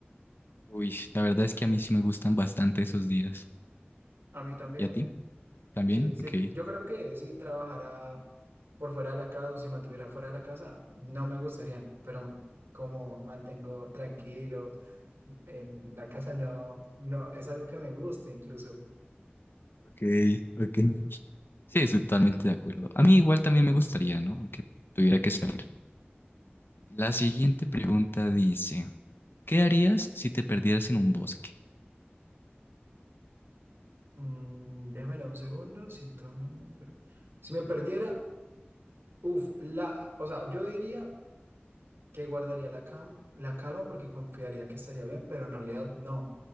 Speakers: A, on the left; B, on the right.
A: Uy, la verdad es que a mí sí me gustan bastante esos días.
B: A mí también.
A: ¿Y a ti? ¿También?
B: Sí, sí,
A: Ok.
B: yo creo que si trabajara por fuera de la casa o si mantuviera fuera de la casa, no me gustarían, pero como mantengo tranquilo en la casa, no, no, es algo que me gusta incluso.
A: Ok, ok. Sí, estoy totalmente de acuerdo. A mí igual también me gustaría, ¿no? Aunque tuviera que salir. La siguiente pregunta dice, ¿qué harías si te perdieras en un bosque?
B: Mm, déjamelo un segundo, siento... mi- pero- Si me perdiera, uff, la, o sea, yo diría que guardaría la, cam- la calma porque confiaría que estaría bien, pero en realidad no,